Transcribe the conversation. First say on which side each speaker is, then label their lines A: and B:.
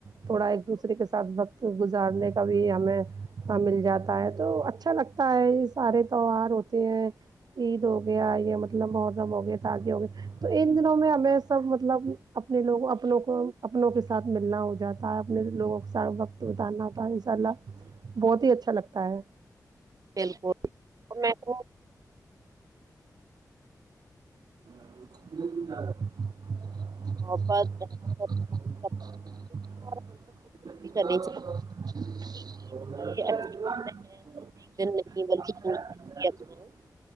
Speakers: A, on the right; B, on the right.
A: تھوڑا ایک دوسرے کے ساتھ وقت گزارنے کا بھی ہمیں مل جاتا ہے تو اچھا لگت کئی سارے تہوار ہوتے ہیں عید ہو گیا یا مطلب محرم ہو گیا تازی ہو گئے تو ان دنوں میں ہمیں سب مطلب اپنے لوگ اپوں کو اپنوں کے ساتھ ملنا ہو جاتا ہوتا ہے اپنے لوگوں کے ساتھ وقت بیتا نا ہوتا ہے ان شاء اللہ بہت ہی اچھا لگتا ہے
B: بالکل اور میکو
A: <unintelligible>
B: محبت رحمت اور
A: <unintelligible>
B: اور ہم کو کوشش بھی کرنی چاہیے کہ
A: <unintelligible>
B: یہ اچھی باتیں ہیں صرف ایک دن نہیں بلکہ پوری زندگی اپنائیں